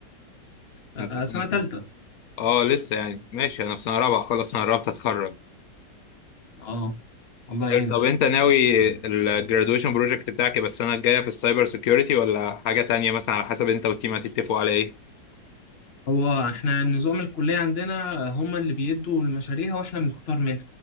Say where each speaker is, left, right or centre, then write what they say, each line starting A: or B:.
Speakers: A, on the left; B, on the left.
A: آه
B: انت في سنه
A: سنة تالتة
B: كام اه لسه يعني ماشي انا في سنه رابعه خلاص انا قربت اتخرج
A: اه الله يعينك
B: طب انت ناوي الجرادويشن بروجكت بتاعك يبقى السنه الجايه في السايبر سيكيورتي ولا حاجه تانية مثلا على حسب انت والتيم هتتفقوا على ايه
A: هو احنا نظام الكلية عندنا هما اللي بيدوا المشاريع واحنا بنختار منها